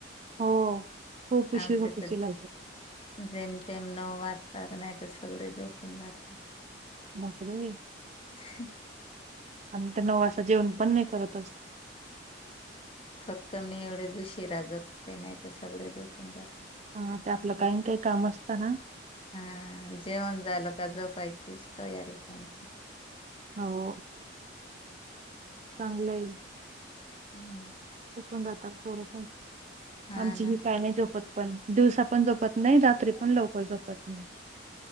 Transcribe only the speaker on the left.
आमच्या
तर
जेमतेम नऊ वाजता का नायतर सा सगळे झोपून जातात.
ह.
फक्त मी एवढेच उशीरा झोपते नाही तर सगळे झोपून जातात.
हा जेवण झालं का झोपायचीच तयारीत हाय मी. अच्
हम्म.
हा
ना
ठेवू